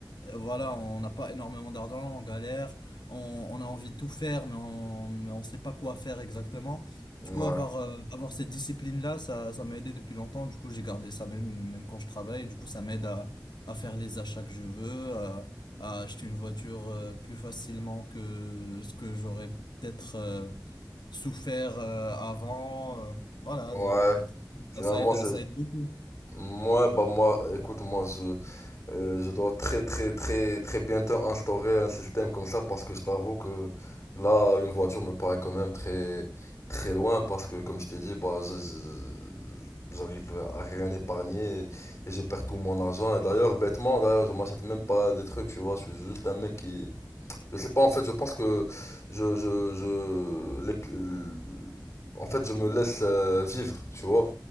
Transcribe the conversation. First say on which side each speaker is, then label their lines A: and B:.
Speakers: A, on the left; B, on the left.
A: voilà, on n'a pas énormément d'argent, on galère, on, on a envie de tout faire, mais on, mais on sait pas quoi faire exactement.
B: Ouais,
A: Du coup, avoir, euh, avoir cette discipline-là, ça, ça m'a aidé depuis longtemps. Du coup, j'ai gardé ça même, même quand je travaille. Du coup, ça m'aide à, à faire les achats que je veux, à- à acheter une voiture euh, plus facilement que ce que j'aurais peut-être euh, souffert euh, avant. euh, voilà,
B: ouais.
A: des- des trucs comme
B: Finalement,
A: ça, ça aide,
B: c'est
A: ça aide beaucoup.
B: Moi, bah moi, écoute, moi, je, euh, je dois très, très, très, très bientôt instaurer un système comme ça parce que je t'avoue que là, une voiture me paraît quand même très, très loin parce que, comme je t'ai dit, bah, je- je- j'arrive à rien épargner et, et je perds tout mon argent. Et d'ailleurs, bêtement, d'ailleurs, je m'achète même pas des trucs, tu vois, je suis juste un mec qui, je sais pas, en fait, je pense que je, je, je, les- en fait, je me laisse euh, vivre, tu vois.